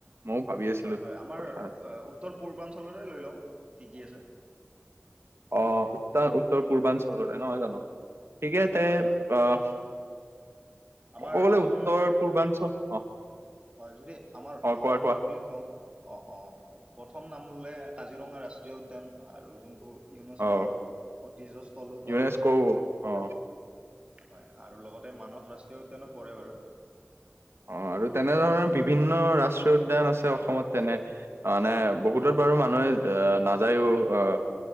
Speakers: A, on the right; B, on the right.
A: ময়ো ভাবি আছিলো
B: হয়, হয়, আমাৰ
A: কথা
B: উত্তৰ পূৰ্বাঞ্চলৰে লৈ লওঁ, কি কি আছে।
A: অ', উত্তা উত্তৰ পূৰ্বাঞ্চলৰে নহয় জানো, ঠিকে তে
B: হয়
A: অ'।
B: হয় আমাৰ
A: ক'ব গলে
B: অসমৰ
A: উত্তৰ পূৰ্বাঞ্চল অ'।
B: হয় যদি, আমাৰ
A: অ
B: অসমৰ
A: কোৱা কোৱা
B: বুলি কওঁ, অ', অ'। প্ৰথম নাম ললে কাজিৰঙা ৰাষ্ট্ৰীয় উদ্যান আৰু জোনবোৰ ইউনেস্ক',
A: অ
B: ঐতিহ্যস্থলো পৰে।
A: ইউনেস্ক' অ
B: হয়, আৰু লগতে মানস ৰাষ্ট্ৰীয় উদ্যানো পৰে বাৰু।
A: অ', আৰু তেনেধৰণৰ বিভিন্ন ৰাষ্ট্ৰীয় উদ্যান আছে অসমত তেনে। মানে বহুতত বাৰু মানুহে অ', নাযায়ো অ' অ',